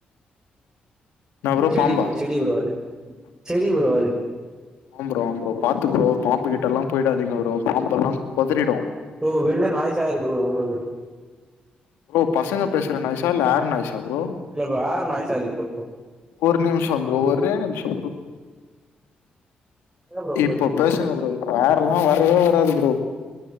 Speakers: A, on the left; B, on the right.
A: என்ன
B: செடி
A: பாம்பா
B: ப்ரோ செடி ப்ரோ அது செடி ப்ரோ அது
A: ஆம் ப்ரோ ஆம் ப்ரோ பாத்து ப்ரோ பாம்பு கிட்டெல்லா போயிடாதீங்க ப்ரோ பாம்பெல்லா கொதறிடு
B: ப்ரோ வெளில நாய்ஸா இருக்கு ப்ரோ உங்களுக்கு.
A: ப்ரோ பசங்க பேசுற நாய்சா இல்ல ஏர் நாய்சா ப்ரோ
B: இல்ல ப்ரோ ஏர் நாய்சா இருக்கு ப்ரோ இப்போ
A: ஒரு நிமிஷம் ப்ரோ ஒரே நிமிஷம் ப்ரோ
B: எங்க ப்ரோ
A: இப்போ
B: போறீங்க?
A: பேசுங்க ப்ரோ இப்ப ஏர்லா வரவே வராது ப்ரோ